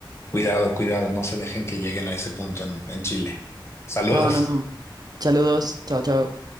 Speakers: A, on the left (about 30°); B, on the right (about 50°).
A: Cuidado, cuidado, no se dejen que lleguen a ese punto en, en Chile. Saludos.
B: No, no, no. Saludos, chao, chao.